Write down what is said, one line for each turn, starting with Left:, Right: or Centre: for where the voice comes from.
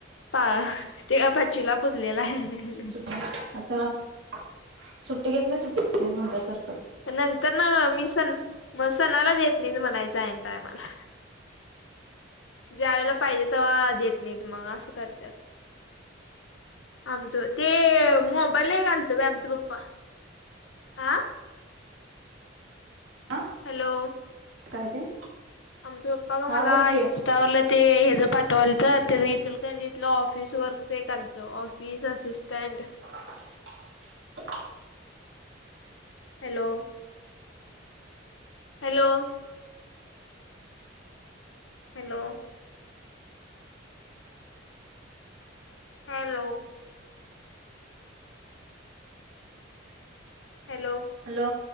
Left: पा.. ते काय पाचविला पूजलेल हाय.
Right: सुट्ट्या आता नुस्तं सुट्टी घेतली, सुट्टी घेतली म्हणत्यात सारखं.
Left: नंतर न मी सण, म सणाला देत नाही म्हणायचं आयण टायमाला. ज्यावेळेला पाहिजे तव्हा देत नाहीत, मग असं करत्यात. आमचं ते, मोबाईल <unintelligible> पप्पा आं.
Right: आं.
Left: हॅलो.
Right: काय ते,
Left: आमच पप्पा गं
Right: हा
Left: मला,
Right: बोल की.
Left: इन्स्टा त्यावरल ते हेज पाठवालतं ते, इचलकरंजीतल ऑफिस वर्कच एक आलतो. Office assistant.
Right: <inaudible>
Left: Hello. Hello. Hello. Hello. Hello.
Right: Hello